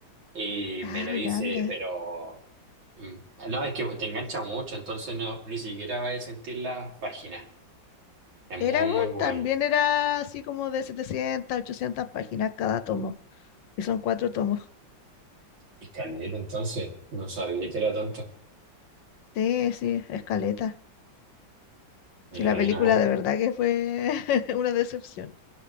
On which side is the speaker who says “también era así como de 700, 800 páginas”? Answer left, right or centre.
Left